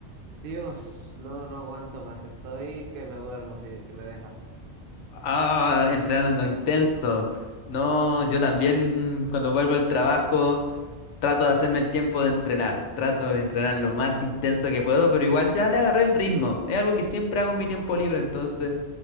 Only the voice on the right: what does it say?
Dios, no, no aguanto más, estoy que me duermo si, si me dejas.